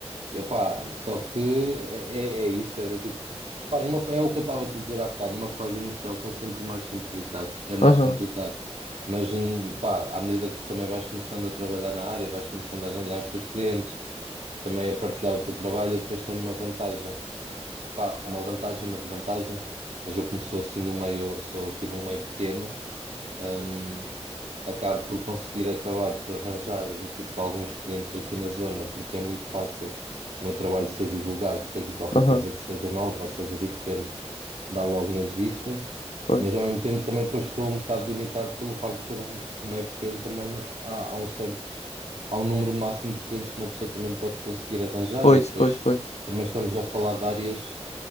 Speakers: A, on the right; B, on the left.
A: E opá, só que é, é, é isso, é do tipo. Pá, numa, fa- é o que eu estava a te dizer há bocado, numa fase inicial são sempre mais complicados, é mais
B: aham,
A: complicado. Mas hum, pá, à medida que tu também vais começando a trabalhar na área, vais começando a ganhar os teus clientes, também a partilhar o teu trabalho, eu depois tenho uma vantagem. Pá, uma vantagem e uma desvantagem, mas eu como sou assim de um meio, eu sou aqui de um meio pequeno. Hum, acabo por conseguir acabar por arranjar do tipo alguns clientes aqui na zona, porque é muito fácil o meu trabalho ser divulgado, porque aqui qualquer
B: aham.
A: coisa que seja nova ou seja diferente dá logo nas vistas,
B: Pois,
A: mas ao mesmo tempo também depois estou um bocado limitado pelo facto de ser um meio pequeno, também não- há, há um certo, há um número máximo de clientes que uma pessoa também pode conseguir arranjar
B: pois,
A: e depois
B: pois, pois.
A: também estamos a falar de áreas